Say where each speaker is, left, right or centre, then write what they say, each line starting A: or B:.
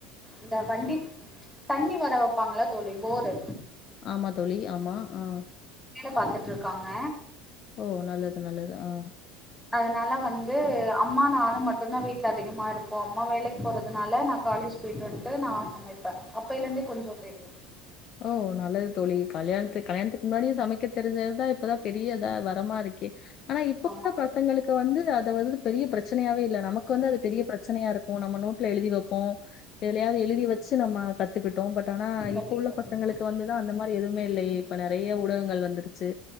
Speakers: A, in the centre; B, on the left (about 45°).
A: இந்த வண்டி தண்ணி வர வெப்பாங்ள தோலி போரு
B: ஆமா தோலி ஆமா அ
A: பாத்துட்ருக்காங்க.
B: ஓ நல்லது நல்லது அ
A: அதனால வந்து அம்மா நானு மட்டுந்தா வீட்ல அதிகமா இருப்போ அம்மா வேலைக் போறதுனால நா காலேஜ் போயிட்டு வந்ட்டு நா சமைப்பே அப்பைலந்தே கொஞ்சு தெரியு
B: ஓ நல்லது தோலி கல்யாணத்துக் கல்யாணத்துக்கு முன்னாடியே சமைக்க தெரிஞ்சது தா இப்பதா பெரிய தா வரமா இருக்கே. ஆனா இப்ப
A: ஆமா
B: உள்ள பசங்களுக்கு வந்து அத வந் பெரிய பிரச்சனையாவே இல்ல நமக்கு வந்து அது பெரிய பிரச்சனையா இருக்கோ நம்ம நோட்ல எழுதி வெப்போ எதுலியாது எழுதி வச் ச்சி நம்ம கத்துக்கிட்டோ பட் ஆனா
A: கண்டிப்பா
B: இப் சின்ன பசங்களுக்கு
A: தோழி.
B: வந்து தா அந்ல மாரி எதுமே இல்லயே இப்ப நெறய ஊடகங்கள் வந்து துருச்சு